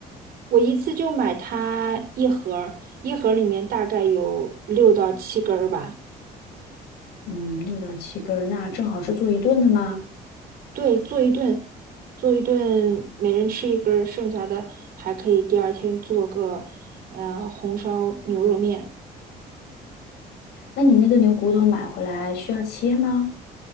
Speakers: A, on the right; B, on the left.
A: 我一次就买它一盒儿，一盒儿里面大概有六到七根儿吧。
B: 嗯，六到七根儿，那正好是做一顿的吗？
A: 对，做一顿，做一顿，每人吃一根儿，剩下的还可以第二天做个呃红烧牛肉面。
B: 那你那个牛骨头买回来需要切吗？